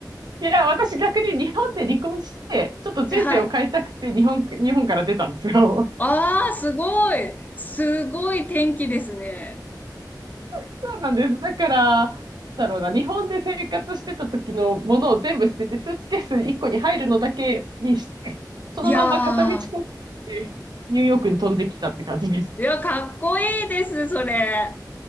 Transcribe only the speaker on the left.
え、はい。
ああ、すごい。すごい天気ですね。
いやー、いや、かっこいいです、それ。